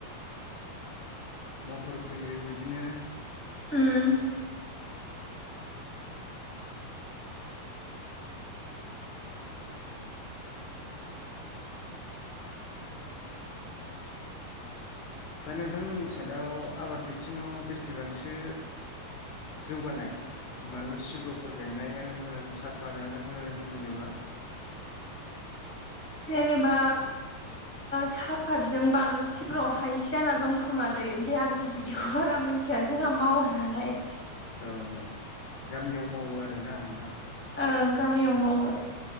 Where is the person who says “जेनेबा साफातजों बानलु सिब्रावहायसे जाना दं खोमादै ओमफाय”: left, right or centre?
Centre